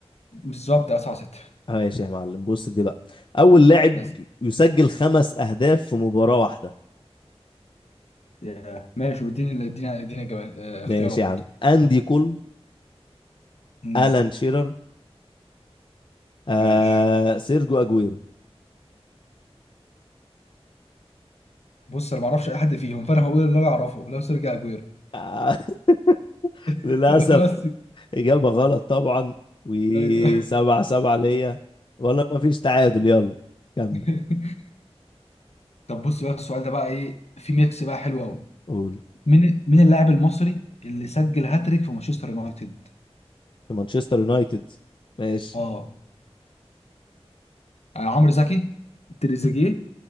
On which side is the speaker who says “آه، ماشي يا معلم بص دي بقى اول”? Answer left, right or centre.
Left